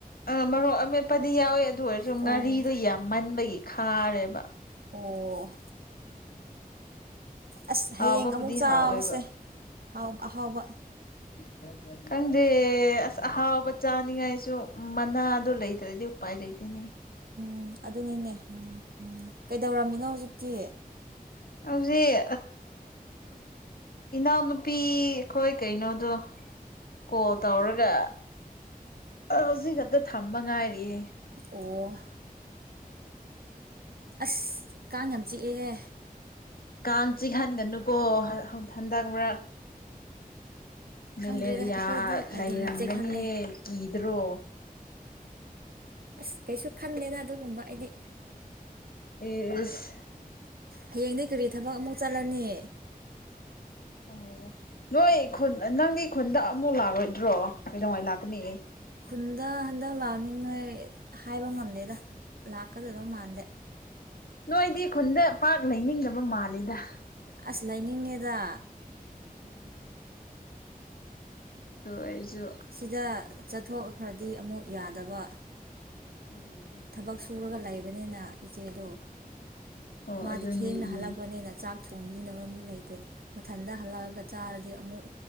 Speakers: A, on the left; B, on the right.
A: ꯑ ꯃꯔꯣꯛ ꯑꯃꯦꯠꯄꯗꯤ ꯌꯥꯎꯋꯤ ꯑꯗꯨ ꯑꯣꯏꯔꯁꯨ ꯉꯥꯔꯤꯗꯣ
B: ꯑꯣ
A: ꯌꯥꯎ ꯃꯟꯕꯒꯤ ꯈꯥꯔꯦꯕ
B: ꯑꯣ ꯑꯁ ꯍꯌꯦꯡ
A: ꯍꯥꯎꯕꯕꯨꯗꯤ
B: ꯑꯃꯨꯛ ꯆꯥꯎꯁꯦ
A: ꯍꯥꯎꯋꯦꯕ
B: ꯑꯍꯥꯎꯕ
A: ꯍꯝ ꯈꯪꯗꯦ ꯑꯁ ꯑꯍꯥꯎꯕ ꯆꯥꯅꯤꯡꯉꯥꯏꯁꯨ ꯃꯅꯥꯗ ꯂꯩꯇ꯭ꯔꯗꯤ ꯎꯄꯥꯏ ꯂꯩꯇꯣꯏꯅꯦ
B: ꯎꯝ ꯑꯗꯨꯅꯤꯅꯦ ꯎꯝ ꯎꯝ ꯀꯩꯗꯧꯔꯝꯃꯤꯅꯣ ꯍꯧꯖꯤꯛꯇꯤ
A: ꯍꯧꯖꯤꯛ ꯏꯅꯥꯎꯅꯨꯄꯤ ꯀꯣꯏ ꯀꯩ ꯅꯣꯗ ꯀꯣꯜ ꯇꯧꯔꯒ ꯍꯧꯖꯤꯛ ꯈꯛꯇ ꯊꯝꯕ ꯉꯥꯏꯔꯤꯑꯦ
B: ꯑꯣ ꯑꯁ ꯀꯥꯡ ꯌꯥꯝ ꯆꯤꯛꯑꯦꯍꯦ
A: ꯀꯥꯡ ꯆꯤꯛꯍꯟꯒꯅꯨꯀꯣ ꯍꯟꯗꯛ ꯃꯔꯛ ꯃꯦꯂꯦꯔꯤꯌꯥ
B: ꯈꯪꯗ꯭ꯔꯦꯗ ꯑꯩꯈꯣꯏꯗꯤ
A: ꯂꯩꯔꯝꯒꯅꯤꯌꯦ
B: ꯑꯗꯨꯝ ꯆꯦꯛꯍꯜꯂꯦ
A: ꯀꯤꯗ꯭ꯔꯣ
B: ꯑꯁ ꯀꯩꯁꯨ ꯈꯟꯂꯦꯅ ꯑꯗꯨꯒꯨꯝꯕ ꯑꯩꯗꯤ
A: ꯕꯤꯁ
B: ꯍꯌꯦꯡꯗꯒꯤ ꯀꯔꯤ ꯊꯕꯛ ꯑꯃꯨꯛ ꯆꯠꯂꯅꯤ
A: ꯑꯣ ꯅꯣꯏ ꯈꯨꯟ ꯅꯪꯗꯤ ꯈꯨꯟꯗ ꯑꯃꯨꯛ ꯂꯥꯛꯂꯣꯏꯗ꯭ꯔꯣ ꯀꯩꯗꯧꯉꯩ ꯂꯥꯛꯀꯅꯤ
B: ꯈꯨꯟꯗ ꯍꯟꯗꯛ ꯂꯥꯛꯅꯤꯡꯉꯥꯏ ꯍꯥꯏꯕ ꯉꯝꯗꯦꯗ ꯂꯥꯛꯀꯗꯕ ꯃꯥꯟꯗꯦ
A: ꯅꯣꯏꯗꯤ ꯈꯨꯟꯗ ꯄꯥꯛ ꯂꯩꯅꯤꯡꯗꯕ ꯃꯥꯜꯂꯦꯗ
B: ꯑꯁ ꯂꯩꯅꯤꯡꯉꯦꯗ
A: ꯎꯝ ꯑꯗ ꯑꯩꯁꯨ
B: ꯁꯤꯗ ꯆꯠꯊꯣꯛꯈ꯭ꯔꯗꯤ ꯑꯃꯨꯛ ꯌꯥꯗꯕ
A: ꯎꯝ
B: ꯊꯕꯛ ꯁꯨꯔꯒ ꯂꯩꯕꯅꯤꯅ ꯏꯆꯦꯗꯣ
A: ꯑꯣ
B: ꯃꯥꯗꯤ
A: ꯑꯗꯨꯅꯤ
B: ꯊꯦꯡꯅ
A: ꯎꯝ
B: ꯍꯜꯂꯛꯄꯅꯤꯅ ꯆꯥꯛ ꯊꯣꯡꯕꯤꯅꯕ ꯃꯤ ꯂꯩꯇꯦ ꯃꯊꯟꯇ ꯍꯜꯂꯛꯑꯒ ꯆꯥꯔꯗꯤ ꯑꯃꯨꯛ